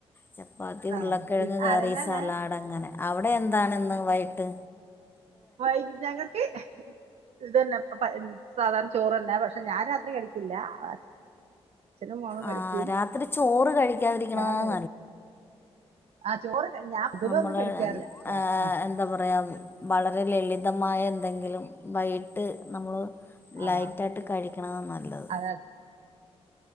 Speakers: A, on the left; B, on the right.
A: ചപ്പാത്തി
B: ആഹ്
A: ഉള്ളക്കിഴങ്
B: വീട്ടിൽ
A: കറി
B: ആരെല്ലാം
A: സലാഡ
B: ഉള്ളെ
A: ങ്ങനെ, അവിടെ എന്താണ് ഇന്ന് വൈട്ട്,
B: വൈകി ഞങ്ങൾക്ക് ഹ് ഇതെന്നെ പഴ സാധാരണ ചോറ്ന്നെ പക്ഷേ ഞാൻ രാത്രി കടിക്കില്ല, അച്ഛനു മോളും കഴിക്കും
A: ആ രാത്രി ചോറ് കഴിക്കാതിരിക്കണതാണ്
B: ഞാൻ ഹ് ആ ചോറ്
A: നമ്മള്
B: കഴിക്കാറില്ല രാത്രി
A: ആ എന്താ പറയാ വളരെ ലളി വിതമായ എന്തെങ്കിലും വൈട്ടു നമ്മൾ
B: ആഹ്
A: ലൈറ്റാട്ടു കഴിക്കണ താ നല്ലത്
B: അതെ അതെ